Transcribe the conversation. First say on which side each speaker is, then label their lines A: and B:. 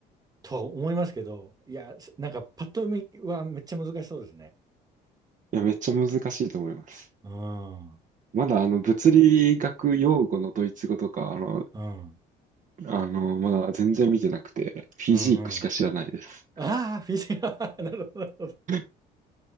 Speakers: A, on the right; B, on the right.
A: とは思いますけど、いや、なんか、パッと見はめっちゃ難しそうですね。
B: いや、めっちゃ難しいと思います。
A: うん、うん、
B: まだ、あの、物理学用語のドイツ語とか、あの、
A: うん、
B: あの、まだ全然見てなくて、フィジークしか知らないです。
A: うん。ああ、フィジカル、<laughs> なるほど。なるほど
B: <laughs>